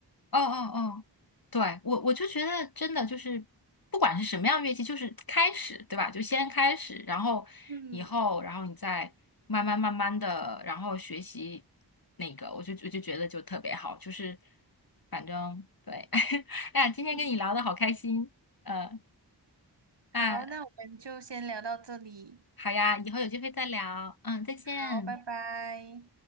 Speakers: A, on the left; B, on the right.
A: 哦哦哦，对，我我就觉得真的就是，不管是什么样乐器，就是开始，对吧？就先开始，然后以后，
B: 嗯
A: 然后你再慢慢慢慢的，然后学习那个，我就我就觉得就特别好，就是反正对，<laughs> 哎呀，今天跟你聊的好开心，
B: 嗯，
A: 呃，
B: 好，
A: 那
B: 那我们就先聊到这里，
A: 好呀，以后有机会再聊，嗯，再见。
B: 好，拜拜。